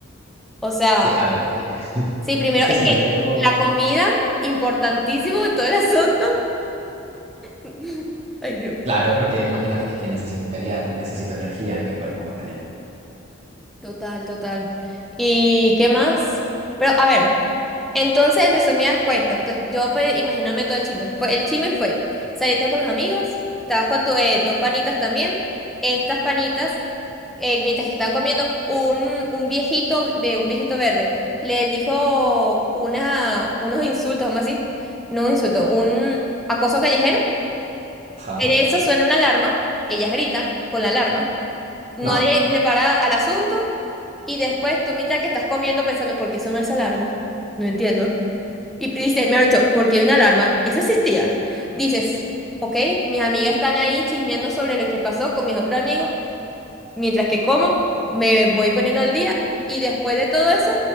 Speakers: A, in the centre; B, on the right.
A: O sea,
B: Sí, a ver, es que,
A: sí, primero,
B: es que
A: es
B: si
A: que
B: yo dejo...
A: la comida, importantísimo en todo el asunto. <laughs> Ay, Dios.
B: Claro, porque imagínate que, que necesite pelear, necesito energía en mi cuerpo para pelear.
A: Total, total. ¿Y qué más? Pero a ver, entonces en resumidas cuentas, te- yo pe- imaginándome todo el chisme. Fue- El chisme fue, saliste con los amigos, estabas con tus dos panitas también, estas panitas, eh, mientras que estaban comiendo, un, un viejito, ve- un viejito verde, les dijo una, unos insultos, vamos a decir, no un insulto, un acoso callejero.
B: Ajá.
A: En eso suena una alarma, ellas gritan con la alarma, nadie
B: No.
A: le para al asunto. Y después tú mientras que estás comiendo pensando, ¿por qué sonó esa alarma? No entiendo. Y dices, mejor dicho, ¿por qué hay una alarma? Esa existía. Dices, ok, mis amigas están ahí chismeando sobre lo que pasó con mis otros amigos, mientras que como, me voy poniendo al día y después de todo eso,